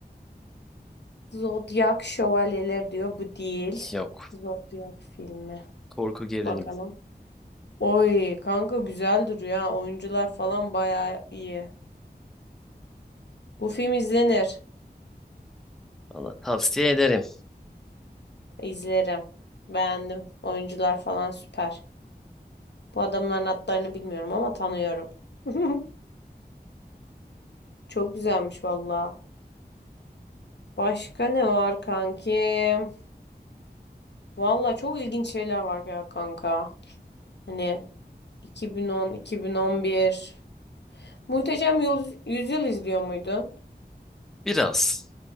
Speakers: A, on the left (about 85°); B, in the centre.
A: Zodyak Şövalyeler diyor. Bu değil.
B: Yok.
A: Zodyak filmi.
B: Korku gerilim.
A: Bakalım. Oy kanka güzel duruyor ha. Oyuncular falan bayağı iyi. Bu film izlenir.
B: Valla tavsiye ederim.
A: İzlerim. Beğendim. Oyuncular falan süper. Bu adamların adlarını bilmiyorum ama tanıyorum. <laughs> Çok güzelmiş valla. Başka ne var kankim? Valla çok ilginç şeyler var ya kanka. Hani 2010, 2011. Muhteşem Yüz- Yüzyıl izliyor muydun?
B: Biraz.